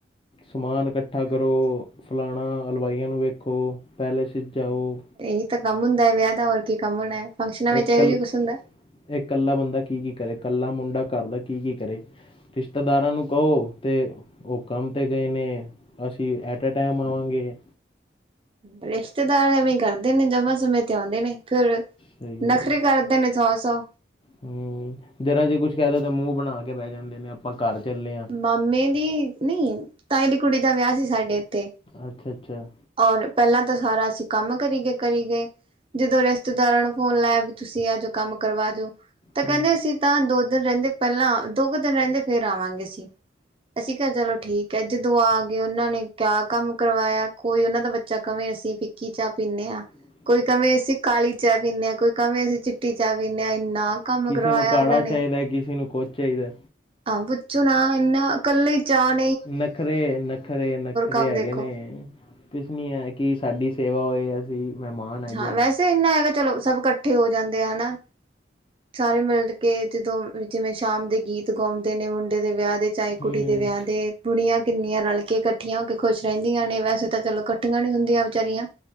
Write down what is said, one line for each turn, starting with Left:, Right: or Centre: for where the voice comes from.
Left: ਸਮਾਨ ਇਕੱਠਾ ਕਰੋ,
Right: ਹਾਂਜੀ
Left: ਫਲਾਣਾ ਅਲਵਾਈਆਂ ਨੂੰ ਵੇਖੋ, ਪੈਲੇਸ
Right: ਹੂੰ
Left: ਜਾਓ।
Right: ਇਹੀ ਤਾਂ ਕੰਮ ਹੁੰਦਾ ਵਿਆਹ ਦਾ ਹੋਰ ਕੀ ਕੰਮ ਹੋਣਾ ਹੈ। ਫੰਕਸ਼ਨਾਂ ਵਿੱਚ
Left: ਇਕ
Right: ਇਹੋ
Left: ਇਹ
Right: ਜਿਹਾ ਕੁਛ ਹੁੰਦਾ।
Left: ਇਕੱਲਾ ਬੰਦਾ ਕੀ- ਕੀ ਕਰੇ, ਇਕੱਲਾ ਮੁੰਡਾ ਘਰ ਦਾ ਕੀ- ਕੀ ਕਰੇ। ਰਿਸ਼ਤੇਦਾਰਾਂ ਨੂੰ ਕਹੋ। ਤੇ ਉਹ ਕੰਮ ਤੇ ਗਏ ਨੇ। ਅਸੀਂ ਐਟ ਟਾਈਮ ਆਵਾਂਗੇ।
Right: ਰਿਸ਼ਤੇਦਾਰ ਐਵੇਂ ਕਰਦੇ ਨੇ ਜਮਾਂ ਸਮੇਂ ਤੇ ਆਉਂਦੇ ਨੇ ਫਿਰ।
Left: ਸਹੀ
Right: ਨਖਰੇ
Left: ਆ
Right: ਕਰਦੇ ਨੇ ਸੌ- ਸੌ।
Left: ਹੂੰ ਜ਼ਰਾ ਜੇ ਕੁੱਛ ਕਹਿ ਦੋ ਤਾਂ ਮੂੰਹ ਬਣਾ ਕੇ ਬਹਿ ਜਾਂਦੇ ਨੇ, ਆਪਾਂ ਘਰ ਚੱਲੇ ਹਾਂ।
Right: ਮਾਮੇ ਦੀ ਨਹੀਂ, ਤਾਈ ਦੀ ਕੁੜੀ ਦਾ ਵਿਆਹ ਸੀ ਸਾਡੇ ਇੱਥੇ।
Left: ਅੱਛਾ- ਅੱਛਾ।
Right: ਔਰ ਪਹਿਲਾਂ ਤਾਂ ਸਾਰਾ ਅਸੀਂ ਕੰਮ ਕਰੀ ਗਏ ਕਰੀ ਗਏ। ਜਦੋਂ ਰਿਸ਼ਤੇਦਾਰਾਂ ਨੂੰ ਫੋਨ ਲਾਇਆ ਵੀ ਤੁਸੀਂ ਆ ਜੋ ਕੰਮ ਕਰਵਾ ਜੋਓ, ਤਾਂ
Left: ਹੂੰ।
Right: ਕਹਿੰਦੇ ਅਸੀਂ ਤਾਂ ਦੋ ਦਿਨ ਰਹਿੰਦੇ ਪਹਿਲਾਂ ਦੋ ਕੁ ਦਿਨ ਰਹਿੰਦੇ ਫੇਰ ਆਵਾਂਗੇ ਅਸੀ। ਅਸੀਂ ਕਿਹਾ ਚਲੋ ਠੀਕ ਹੈ ਜਦੋਂ ਆ ਗਏ ਉਹਨਾਂ ਨੇ ਕਿਆ ਕੰਮ ਕਰਵਾਇਆ। ਕੋਈ ਉਹਨਾਂ ਦਾ ਬੱਚਾ ਕਵੇਂ ਅਸੀਂ ਫਿੱਕੀ ਚਾਹ ਪੀਂਦੇ ਹਾਂ,
Left: ਹਾਂ
Right: ਕੋਈ ਕਵੇਂ ਅਸੀਂ ਕਾਲੀ ਚਾਹ ਪੀਂਦੇ ਹਾਂ, ਕੋਈ ਕਵੇ ਅਸੀਂ ਚਿੱਟੀ ਚਾਹ ਪੀਂਦੇ ਹਾਂ। ਇੰਨਾ ਕੰਮ
Left: ਕਿਸੇ
Right: ਕਰਵਾਇਆ
Left: ਨੂੰ ਕਾੜਾ
Right: ਉਹਨਾਂ
Left: ਚਾਹੀਦਾ, ਕਿਸੇ ਨੂੰ ਕੁੱਛ ਚਾਹੀਦਾ।
Right: ਆ ਪੁੱਛੋ ਨਾ ਇਨਾਂ ਇਕੱਲੇ ਚਾਰ
Left: ਨਖਰੇ ਨਖਰੇ ਨਖਰੇ
Right: ਕੰਮ
Left: ਹੈਗੇ
Right: ਦੇਖੋ
Left: ਨੇ। ਕੁਛ ਨੀ ਹੈ ਕਿ ਸਾਡੀ ਸੇਵਾ ਹੋਏ ਅਸੀਂ ਮਹਿਮਾਨ ਹੈਗੇ
Right: ਹਾਂ ਵੈਸੇ ਇੰਨਾ ਹੈਗਾ ਚਲੋ ਸਭ ਇਕੱਠੇ ਹੋ ਜਾਂਦੇ ਆ ਹਨਾ। ਸਾਰੇ ਮਿਲ ਕੇ ਜਦੋਂ ਜਿਵੇਂ ਸ਼ਾਮ ਦੇ ਗੀਤ ਗਾਉਂਦੇ ਨੇ ਮੁੰਡ ਮੁਡੇ ਦੇ ਵਿਆਹ ਦੇ ਚਾਹੇ
Left: ਹੂੰ
Right: ਕੁੜੀ ਦੇ ਵਿਆਹ ਦੇ। ਬੁੜੀਆਂ ਕਿੰਨੀਆਂ ਰਲ ਕੇ ਇਕੱਠੀਆਂ ਹੋ ਕੇ ਖੁਸ਼ ਰਹਿੰਦੀਆਂ ਨੇ ਵੈਸੇ ਤਾਂ ਚਲੋ ਇਕੱਠੀਆਂ ਨੀ ਹੁੰਦੀਆਂ ਵਿਚਾਰੀਆਂ।